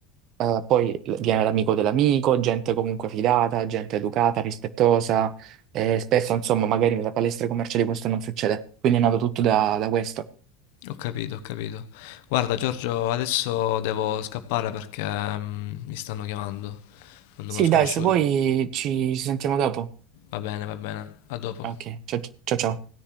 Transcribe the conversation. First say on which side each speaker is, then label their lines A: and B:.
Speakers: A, on the right; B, on the left.
A: Eh, poi l- viene l'amico dell'amico, gente comunque fidata, gente educata, rispettosa, e spesso, insomma, magari nella palestra commerciali questo non succede. Quindi è nato tutto da, da questo.
B: Ho capito, ho capito. Guarda, Giorgio, adesso devo scappare perché mh, mi stanno chiamando, un numero
A: Sì,
B: sconosciuto.
A: dai, se vuoi ci ci sentiamo dopo.
B: Va bene, va bene. A dopo.
A: Ok, ciao ciao ciao.